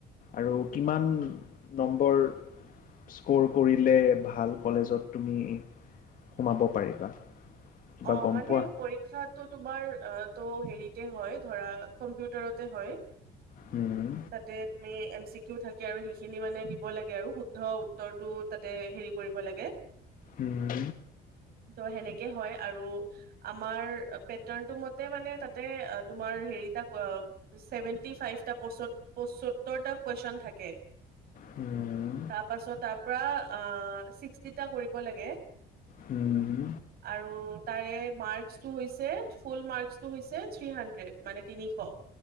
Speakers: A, on the left; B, on the right.
A: আৰু কিমান নম্বৰ স্ক'ৰ কৰিলে ভাল কলেজত তুমি সোমাব। পাৰিবা কিবা
B: অ
A: গম
B: মানে
A: পোৱা?
B: পৰীক্ষাটো তোমাৰ ত হেৰিতে হয় ধৰা কম্পিউটাৰতে হয়।
A: হুম,
B: তাতে তুমি এ। চিকিয়ো থাকে আৰু সেইখিনি মানে দিব লাগে আৰু শুদ্ধ উত্তৰটো তাতে হেৰি কৰিব লাগে
A: হুম,
B: ত' সেনেকে হয় আৰু আমাৰ পেটাৰণটো মতে মানে তাতে তোমাৰ হেৰিতা ছেভেনটি ফাইভটা পচত। পসত্তটা কোৱেচন থাকে
A: হুম,
B: তাৰ পাছত তাৰপৰা শিষটিটা কৰিব লাগে
A: হুম,
B: আৰু তাৰে মাক্সচটো হৈছে ফুল মাক্সচটো হৈছে থিৰ সানন্দেত মানে তিনিশ?